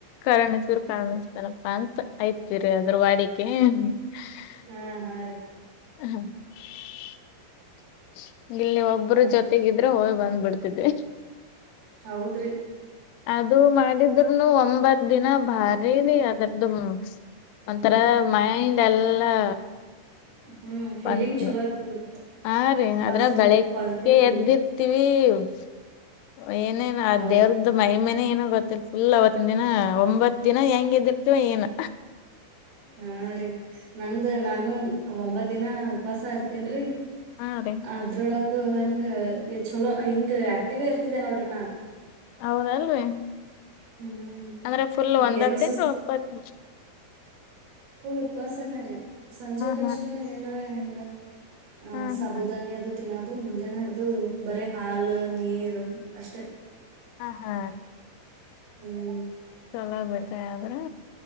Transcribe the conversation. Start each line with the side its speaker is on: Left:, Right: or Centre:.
Left: ಕರಿಣಿಸ್ರ ಕಣಿಸ್ತನಪ್ಪಾ ಅಂತ ಐತಿರಿ ಅದ್ರ ವಾಡಿ <unintelligible>
Right: ಹಾ ಹಾ ರೀ
Left: ಇಲ್ಲಿ ಒಬ್ರು
Right: ಅದ್
Left: ಜೊತೆಗಿದ್ರೆ ಹೋಗ್ ಬಂದ್ಬಿಡ್ತಿದ್ದೆ
Right: ಹೌದ್ರಿ
Left: ಅದು ಮಾಡಿದ್ರನು ಒಂಬತ್ ದಿನ. ಅದೆರಿ ಅದ್ರದ್ದು ಒಂಥರ ಮೈಂಡ್ ಎಲ್ಲಾ
Right: ಹ್ಮ್ ಫೀಲಿಂಗ್
Left: ಬಂತ
Right: ಚಲೋ ಇರ್ತದ್ರಿ
Left: ಹಾ ರೀ
Right: ಪಾಸಿಟಿವ್
Left: ಅದ್ರ ಬೆಳಗ್ಗೆ
Right: ಪಾಸಿಟಿವ್ ಫೀಲಿಂಗ್
Left: ಎದ್ದಿರ್ತೀವಿ -- ಏನೇನು ಅ
Right: ಹೌದ್ರಿ
Left: ದೇವ್ರದು ಮೈಹಿಮೆನೊ ಏನೋ ಗೊತ್ತಿಲ್ಲ ಇಲ್ಲ ಅವತ್ತಿನ್ ದಿನ ಒಂಬತ್ ದಿನ ಹೆಂಗ್ ಎದ್ದಿರ್ತಿವ ಏನೂ
Right: ಹಾ ರಿ ನಂದ ನಾನು ಒಂಬತ್ ದಿನ ಉಪವಾಸ ಇರ್ತೀನ್ ರಿ
Left: ಹಾ ರೀ
Right: ಅದ್ರೊಳಗ್ ಹೂ ಹಂಗ ಚಲೋ ಹಿಂಗ್ ಆಕ್ಟಿವ್ ಇರ್ತಿದೆ ನೋಡ್ರಿನಾ.
Left: ಹೌದಲ್ರಿ
Right: ಹ್ಮ್
Left: ಅಂದ್ರೆ ಫುಲ್
Right: ಹಿಂಗೇನು
Left: ಒಂದ ತಿಗ್ಳು ಒಪ್ಪತ್ತು ನಿಮಿ
Right: ಪುಲ್ ಉಪಾಸನೆ ರೀ ಸಂಜೆ ಕಷ್ಟ
Left: ಹಾ
Right: ಏನಾರ ಹಿಂಗ ಆ
Left: ಹಾ
Right: ಸಾಬೂುದಾನಿ
Left: ಹಾ
Right: ಅದು ತಿನ್ನೋದು ಮುಂಜಾನೆ ಹಡ್ದ ಇದು ಬರೆ ಹಾಲು ನೀರು ಅಷ್ಟೇ.
Left: ಆ ಹಾ
Right: ಹ್ಮ್
Left: <unintelligible> ಬರ್ತ ಆದ್ರೆ